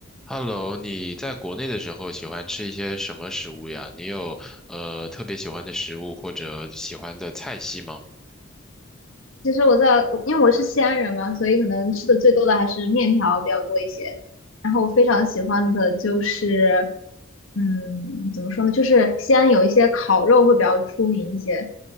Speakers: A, in the centre; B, on the left.
A: Hello，你在国内的时候喜欢吃一些什么食物呀？你有呃特别喜欢的食物或者喜欢的菜系吗？
B: 其实我在，因为我是西安人嘛，所以可能吃的最多的还是面条比较多一些。然后我非常喜欢的就是，嗯，怎么说呢？就是西安有一些烤肉会比较出名一些，